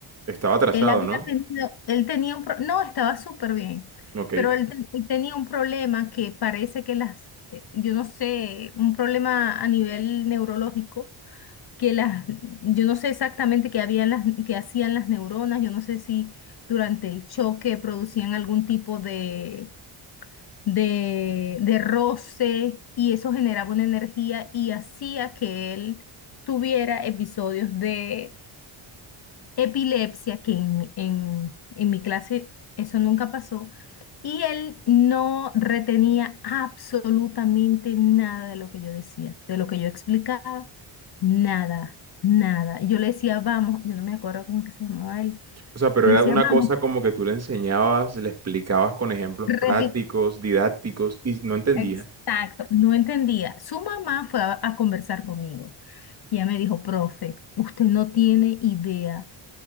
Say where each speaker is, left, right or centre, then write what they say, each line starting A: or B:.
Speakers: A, on the right; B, on the left.
A: Estaba atrasado,
B: él había
A: ¿no?
B: tenido, él tenía un, pro- no, estaba súper bien,
A: Ok.
B: pero él, te- él tenía un problema que parece que las, eh, yo no sé, un problema a nivel neurológico que las, yo no sé exactamente qué habían las, qué hacían las neuronas, yo no sé si durante el choque producían algún tipo de, de, de roce y eso generaba una energía y hacía que él tuviera episodios de epilepsia, que en, en, en mi clase eso nunca pasó, y él no retenía absolutamente nada de lo que yo decía, de lo que yo explicaba, nada, nada. Y Yo le decía, vamos, yo no me acuerdo cómo es que se llamaba él,
A: O sea, pero
B: le
A: era
B: decía,
A: una
B: vamos,
A: cosa como que tú le enseñabas, le explicabas con ejemplos
B: repite.
A: prácticos, didácticos, y no entendía.
B: Exacto, no entendía. Su mamá fue a, a conversar conmigo y ella me dijo, profe, usted no tiene idea.